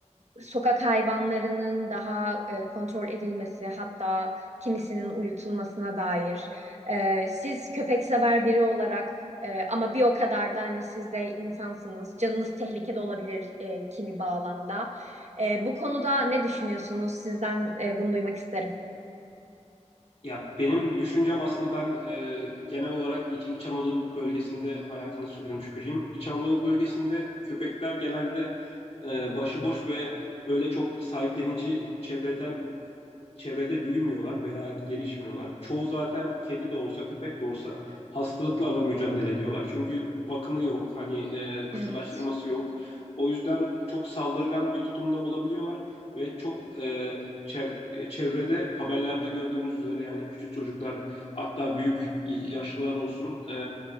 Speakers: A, on the right; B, on the left.
A: sokak hayvanlarının daha e, kontrol edilmesi hatta kimisinin uyutulmasına dair. E, siz köpek sever biri olarak e, ama bir o kadar da hani siz de insansınız. Canınız tehlikede olabilir e, kimi bağlamda. E, bu konuda ne düşünüyorsunuz? Sizden e, bunu duymak isterim.
B: Ya benim düşüncem aslında ben e, genel olarak İç, İç Anadolu bölgesinde hayatını sürdürmüş biriyim. İç Anadolu bölgesinde köpekler genelde e, başıboş ve öyle çok sahiplenici çevreden çevrede büyümüyorlar veya gelişmiyorlar. Çoğu zaten kedi de olsa köpek de olsa hastalıklarla mücadele ediyorlar. Çünkü bakımı yok, hani e,
A: Evet.
B: kısırlaştırması yok. O yüzden çok saldırgan bir tutumda olabiliyorlar ve çok e, çev- e, çevrede haberlerde gördüğünüz üzere yani küçük çocuklar hatta büyük yaşlılar olsun e,